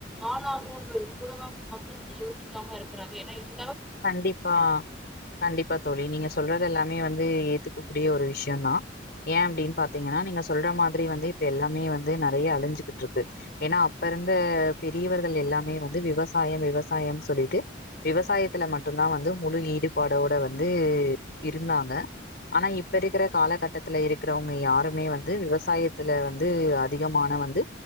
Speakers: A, in the centre; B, on the left.
A: ஆளாகுன்றதுகூடவா மக்கள் வந்து யோசிக்காம இருக்கிறாங்க என்ன இது
B: கண்டிப்பா கண்டிப்பா தோழி நீங்க சொல்றது எல்லாமே வந்து ஏத்துக்க கூடிய ஒரு ஷ்யோந்தா ஏன் அப்டின் பாத்தீங்கனா நீங்க சொல்ற மாதுரி வந்து இப்ப எல்லாமே வந்து நறய அலுஞ்சுகிட்ருக்கு ஏனா அப்ப பிறந்த பெரியவர்கள் எல்லாமே வந்து விவசாயம் விவசாயம்னு சொல்லிட்டு விவசாயத் த்துல மட்டுதான் வந்து முழு ஈடுபாடோட வந்து இருந்தாங்க ஆனா இப்ப இருக்கிற காலகட்டத்துல இருக்கிறவங்க யாருமே வந்து விவசாயத்துல வந்து அதிகமான வந்து